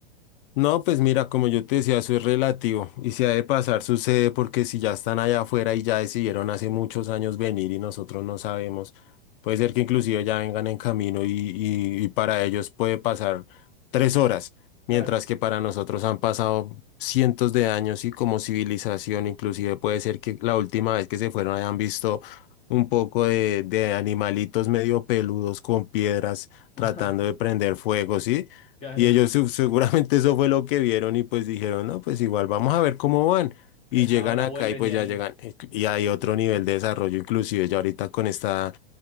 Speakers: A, on the left; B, on the left.
A: No, pues mira, como yo te decía, eso es relativo y si ha de pasar sucede porque si ya están allá afuera y ya decidieron hace muchos años venir y nosotros no sabemos, puede ser que inclusive ya vengan en camino y, y, y para ellos puede pasar tres horas, mientras
B: Claro.
A: que para nosotros han pasado cientos de años y como civilización inclusive puede ser que la última vez que se fueron hayan visto un poco de, de animalitos medio peludos con piedras tratando
B: <laughs>
A: de prender fuego, ¿sí?
B: Claro,
A: Y ellos su- seguramente eso fue lo que vieron y pues dijeron, no, pues igual vamos a ver cómo van.
B: <laughs>
A: Y llegan
B: ahora
A: acá
B: vuelven
A: y pues
B: y ahí,
A: ya llegan. eh, Y hay otro nivel de desarrollo, inclusive ya ahorita con esta,